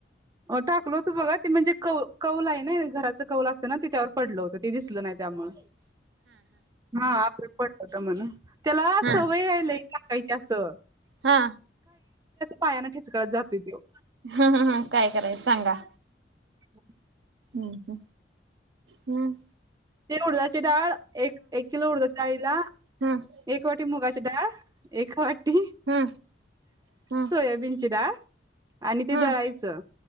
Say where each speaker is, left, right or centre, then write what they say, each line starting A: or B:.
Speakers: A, on the right (about 20°); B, on the right (about 80°).
A: टाकलो तू बघ ते म्हणजे कौ कौल आहे ना घराचं कौल असतं ना त त्यावर पडलं होतं ते दिसलं नाही त्यामुळ हा आपलं पडलं होत म्हणून त्याला
B: हा
A: सवय आहे लय टाकायची असं.
B: हा.
A: पायान ठेचकळत जातोय तो.
B: ह ह ह काय करायच सांगा.
A: <unintelligible>
B: हम्म हम्म. हम्म.
A: ते उडदाची डाळ एक किलो उडदाच्या डाळीला,
B: हम्म
A: एक वाटी मुगाची डाळ एक वाटी
B: हम्म हम्म
A: सोयाबीनची डाळ. आणि ते
B: हम्म
A: दळायच.
B: हम्म